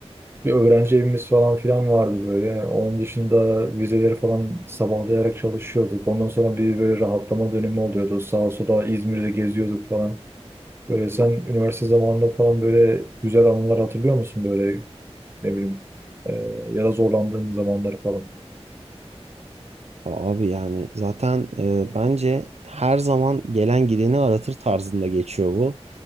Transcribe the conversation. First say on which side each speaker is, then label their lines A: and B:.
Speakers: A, on the right (about 20°); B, on the right (about 75°).
A: bir öğrenci evimiz falan filan vardı böyle onun dışında vizeleri falan sabahlayarak çalışıyorduk ondan sonra bir böyle rahatlama dönemi oluyordu sağa sola İzmir'de geziyorduk falan böyle sen üniversite zamanında falan böyle güzel anılar hatırlıyor musun böyle ne bileyim e, ya da zorlandığın zamanları falan.
B: Abi yani zaten e, bence her zaman gelen gideni aratır tarzında geçiyor bu.